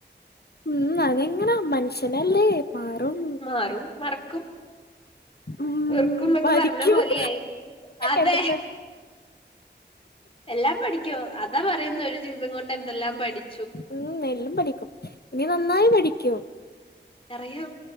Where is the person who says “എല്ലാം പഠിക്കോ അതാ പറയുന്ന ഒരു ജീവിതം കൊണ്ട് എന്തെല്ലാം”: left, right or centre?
Left